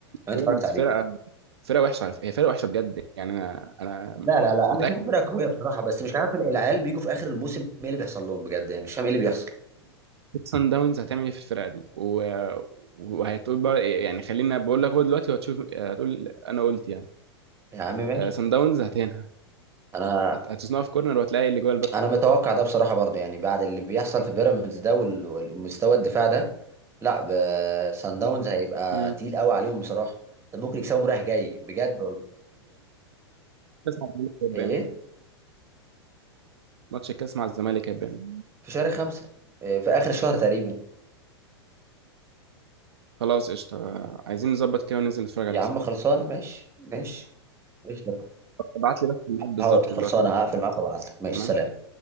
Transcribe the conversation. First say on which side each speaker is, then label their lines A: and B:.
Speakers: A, on the right; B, on the right.
A: لو انت
B: بيراميدز
A: اتفرجت عليه
B: فرقه فرقه وحشه على فكرة. هي فرقه وحشه بجد يعني انا انا
A: لا لا لا
B: متاكد
A: انا شايف فرقه قويه بصراحه بس مش عارف العيال بيجوا في اخر الموسم ايه اللي بيحصل لهم بجد يعني مش فاهم ايه اللي بيحصل
B: سان داونز هتعمل ايه في الفرقه دي و... وهتقول بقى إيه يعني خلينا بقول لك هو دلوقتي وهتشوف هتقول انا قلت يعني
A: يا عم ماشي
B: سان داونز هتهنها
A: انا
B: هت- هتصنعها في كورنر وهتلاقي اللي جوه الباب
A: انا متوقع ده بصراحه برضه يعني بعد اللي بيحصل في بيراميدز ده وال- والمستوى الدفاع ده لا ب- سان داونز هيبقى
B: مم.
A: تقيل قوي عليهم بصراحه ده ممكن يكسبهم رايح جاي بجد والله
B: المهم
A: ايه
B: ماتش الكاس مع الزمالك هيبان
A: في شهر خمسة إيه في اخر الشهر تقريبا
B: خلاص قشطة عايزين نظبط كده وننزل نتفرج عليه
A: يا
B: سوا
A: عم خلصانه ماشي ماشي ماشي
B: ابعت لي بس الميعاد بالظبط
A: حاضر خلصانه
B: دلوقتي
A: هقفل
B: على الواتساب.
A: معاك وابعت لك ماشي
B: تمام
A: سلام